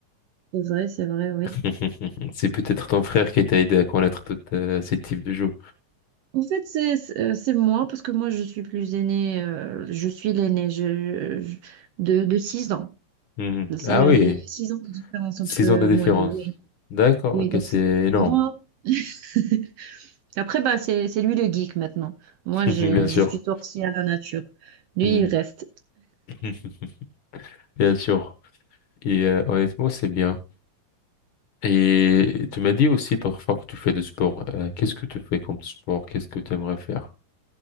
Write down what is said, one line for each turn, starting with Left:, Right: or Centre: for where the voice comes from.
Right: C'est vrai, c'est vrai, oui.
Left: <laughs> C'est peut-être ton frère qui t'a aidé à connaître tous ces types de jeux.
Right: En fait, c'est c'est euh, c'est moi, parce que moi, je suis plus aînée, euh, je suis l'aînée je, je- de, de 6 ans.
Left: Mhm. Ah
Right: Il y a
Left: oui,
Right: 6 ans de différence
Left: six
Right: entre
Left: ans de différence.
Right: moi et lui. Oui,
Left: D'accord,
Right: oui
Left: ok,
Right: donc
Left: c'est
Right: c'est
Left: énorme,
Right: c'est moi. <laughs> Après, bah, c'est c'est lui le geek maintenant. Moi,
Left: <laughs>
Right: j'ai,
Left: bien sûr.
Right: je suis sortie à la nature. Lui,
Left: Mhm.
Right: il reste.
Left: <laughs> Bien sûr. Et euh, honnêtement, c'est bien. Et tu m'as dit aussi parfois que tu fais du sport. Euh, qu'est-ce que tu fais comme sport? Qu'est-ce que tu aimerais faire?